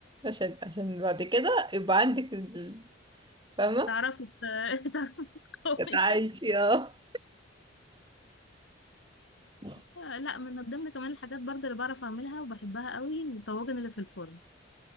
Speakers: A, on the right; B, on the left.
A: عشان عشان بعد كده يبقى عندك ال- فاهمة
B: تعرفي ت- <laughs> تعرفي تقاومي
A: تعيشي اه <laughs>
B: آه، لا من ضمن كمان الحاجات برضه اللي بعرف اعملها وبحبها قوي الطواجن اللي في الفرن